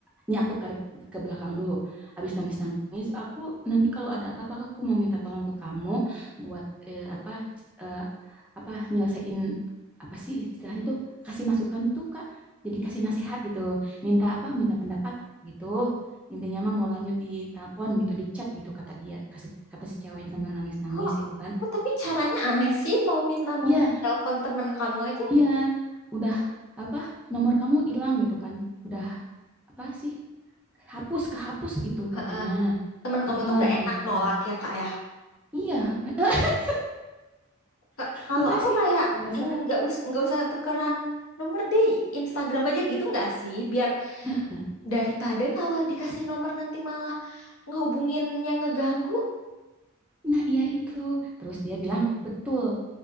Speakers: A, in the centre; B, on the left.
A: ini aku tarik ke belakang dulu. Abis nangis-nangis, aku nanti kalau ada apa-apa aku mau minta tolong ke kamu buat eh, apa eh, apa nyelesain apa sih istilahnya tuh kasih masukan tuh Kak. Jadi kasih nasihat gitu, minta apa? Minta pendapat gitu. Intinya mah mau lanjut di telepon gitu, di chat gitu kata dia, kata, kata si cewek yang sambil nangis-nangis
B: Kok,
A: gitu kan.
B: kok tapi caranya aneh sih mau minta
A: Iya,
B: nomor telepon teman kamu aja.
A: Iya, udah apa nomor kamu hilang gitu kan. Udah apa sih? Hapus kehapus gitu
B: Heeh.
A: katanya.
B: Teman kamu
A: Heeh,
B: tuh nggak enak
A: gitu.
B: nolak ya kak ya.
A: Iya, <laughs>
B: Ka- Kalau
A: heeh
B: aku
A: sih
B: kayak
A: dasar.
B: nggak us nggak usah tukeran nomor deh Instagram aja gitu nggak sih? Biar
A: Heeh.
B: daripada kalau dikasih nomor nanti malah ngehubunginnya ngeganggu.
A: Nah, iya itu. Terus dia bilang, "Betul.